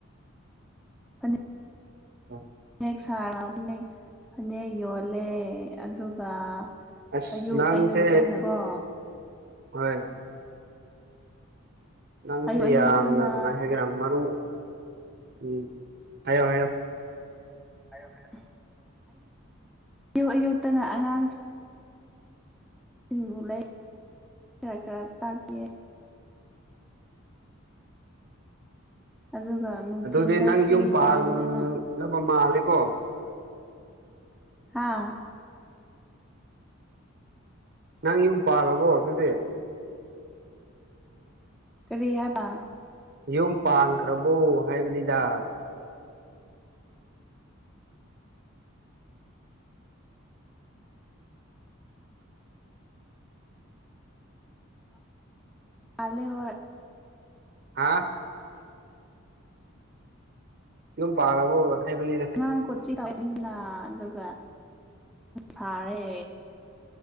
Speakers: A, in the centre; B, on the right.
A: ꯑ
B: ꯑ
A: ꯐꯅꯦꯛ ꯁꯥꯔ ꯐꯅꯦꯛ ꯐꯅꯦꯛ ꯌꯣꯜꯂꯦ ꯑꯗꯨꯒ
B: ꯑꯁ
A: ꯑꯌꯨꯛ
B: ꯅꯪꯁꯦ
A: ꯑꯌꯨꯛꯇꯅꯀꯣ
B: ꯍꯣꯏ ꯅꯪꯁꯦ
A: ꯑꯌꯨꯛ ꯑꯌꯨꯛꯇꯅ
B: ꯌꯥꯝꯅ ꯀꯃꯥꯏ ꯍꯥꯏꯒꯦ꯭ꯔꯥ ꯃꯔꯨ ꯎꯝ ꯍꯥꯏꯌꯣ ꯍꯥꯏꯌꯨ
A: ꯍꯥꯏꯌꯣ ꯍꯥꯏꯌꯣ ꯑꯌꯣꯛ ꯑꯌꯨꯛꯇꯅ ꯑꯉꯥꯡ ꯁꯤꯡꯕꯨ ꯂꯩ ꯈꯔ ꯈꯔ ꯇꯥꯛꯀꯦ ꯑꯗꯨꯒ ꯅꯨꯡꯊꯤꯤꯟꯗ
B: ꯑꯗꯨꯗꯤ ꯅꯪ
A: ꯐ꯭ꯔꯤ
B: ꯌꯨꯝ ꯄꯥꯜꯂꯕ
A: ꯇꯥꯏꯝꯗꯅ
B: ꯃꯥꯜꯂꯦꯀꯣ
A: ꯍꯥꯥ
B: ꯅꯪ ꯌꯨꯝ ꯄꯥꯜꯂꯕꯣ ꯑꯗꯨꯗꯤ
A: ꯀꯔꯤ ꯍꯥꯏꯕ
B: ꯌꯨꯝ ꯄꯥꯟꯈ꯭ꯔꯕꯣ ꯍꯥꯏꯕꯅꯤꯗ
A: ꯑꯂꯦ ꯍꯣ
B: ꯍꯥꯥ ꯌꯨꯝ ꯄꯥꯔꯕ ꯍꯥꯏꯕꯅꯤꯅ
A: ꯑꯉꯥꯡ ꯀꯣꯠꯁꯤ ꯇꯅꯤꯅ ꯑꯗꯨꯒ ꯁꯥꯔꯦ